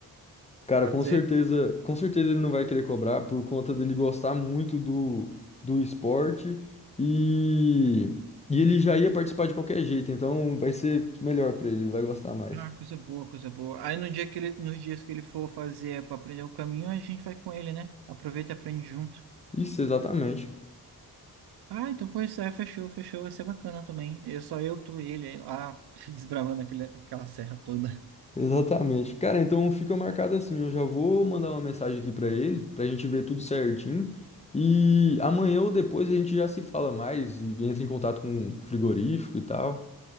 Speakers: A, on the left; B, on the right.
A: Cara,
B: Pode
A: com
B: ser?
A: certeza, com certeza ele não vai querer cobrar por conta dele gostar muito do, do esporte e, e ele já ia participar de qualquer jeito, então vai ser melhor pra ele, ele vai gostar mais.
B: Ah, coisa boa, coisa boa. Aí no dia que ele, nos dias que ele for fazer para aprender o caminho, a gente vai com ele, né? Aproveita e aprende junto.
A: Isso, exatamente.
B: Ah, então pois é, fechou, fechou. Vai ser bacana também. É só eu, tu e ele aí lá <laughs> desbravando aquele, aquela serra toda.
A: Exatamente. Cara, então fica marcado assim. Eu já vou mandar uma mensagem aqui pra ele, pra gente ver tudo certinho. E amanhã ou depois a gente já se fala mais e entra em contato com o frigorífico e tal.